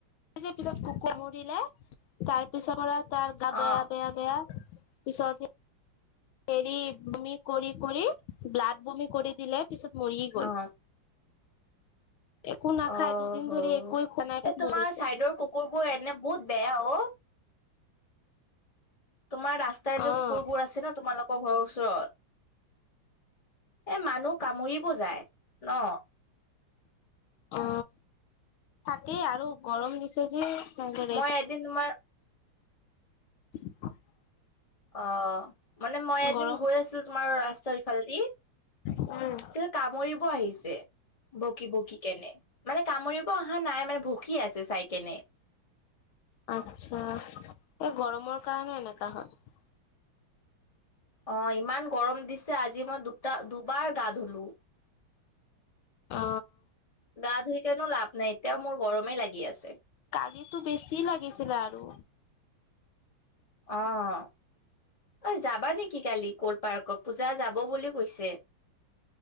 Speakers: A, on the left; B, on the left.
A: পিছত কুকুৰ মৰিলে তাৰ পিছৰ পৰা তাৰ গা বেয়া
B: অ
A: বেয়া বেয়া। পিছত হে এৰি বুমি কৰি কৰি ব্লাড বুমি কৰি দিলে পিছত মৰি গ'ল
B: অ
A: একো নাখায়
B: অ
A: দুদিন
B: হ
A: ধৰি
B: এই
A: একোৱে খোৱা নাই পিছত মৰি
B: তোমাৰ
A: গৈছে
B: চাইডৰ কুকুৰবোৰ এনে বহুত বেয়া অ তোমাৰ ৰাস্তাই যে
A: অ',
B: কুকুৰবোৰ আছে ন তোমালোকৰ ঘৰৰ ওচৰত এ মানুহ কামুৰিব যায়। ন
A: অ থাকেই আৰু গৰম দিছে। যে তাৰে
B: মই এদিন তোমাৰ-
A: <inaudible>
B: অ মানে মই এদিন
A: গৰম
B: গৈ আছিলো তোমাৰ ৰাস্তাৰ ইফালেদি
A: উম।
B: ত কামুৰিব আহিছে। বকি বকি কেনে। মানে কামুৰিব অহা নাই মানে ভকি আছে চাই। কেনে
A: আত্ছা এই গৰমৰ কাৰণে এনেকা হয়।
B: অ ইমান গৰম দিছে আজি মই দুটা দুবাৰ গা ধুলো।
A: অ
B: গা ধুই কেনো লাভ নাই এতিয়াও মোৰ গৰমেই লাগি আছে।
A: কালিটো বেছি লাগিছিলে আৰু।
B: আহ অ যাবা নেকি কালিকল পাৰ্কত? পূজা যাব বুলি কৈছে।